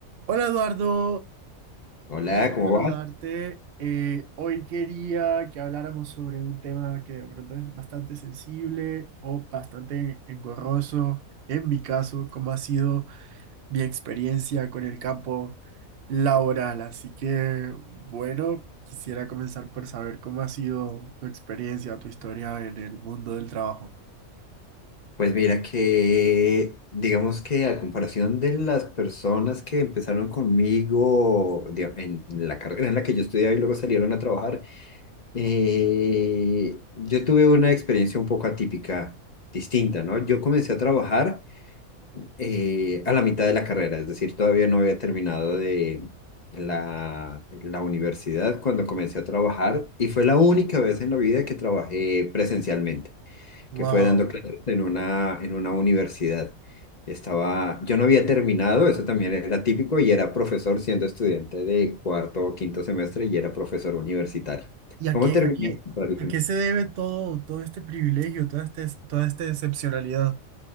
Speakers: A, on the right; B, on the left.
A: Hola Eduardo,
B: Hola,
A: un placer
B: ¿cómo
A: saludarte.
B: vas?
A: Eh, hoy quería que habláramos sobre un tema que de pronto es bastante sensible o bastante engorroso, en mi caso, como ha sido mi experiencia con el campo laboral. Así que, bueno, quisiera comenzar por saber cómo ha sido tu experiencia, tu historia en el mundo del trabajo.
B: Pues mira que, digamos que a comparación de las personas que empezaron conmigo diga- en la carrera en la que yo estudiaba y luego salieron a trabajar, eh, yo tuve una experiencia un poco atípica, distinta, ¿no? Yo comencé a trabajar eh, a la mitad de la carrera, es decir, todavía no había terminado de la, la universidad cuando comencé a trabajar y fue la única vez en la vida que trabajé presencialmente.
A: Wow.
B: que fue dando clases en una, en una universidad. Estaba, yo no había terminado, eso también era típico, y era profesor siendo estudiante de cuarto o quinto semestre y era profesor universitario.
A: ¿Y a
B: ¿Cómo
A: qué,
B: terminé?
A: a qué,
B: Rarísimo.
A: a qué se debe todo, todo este privilegio, toda este, toda esta excepcionalidad?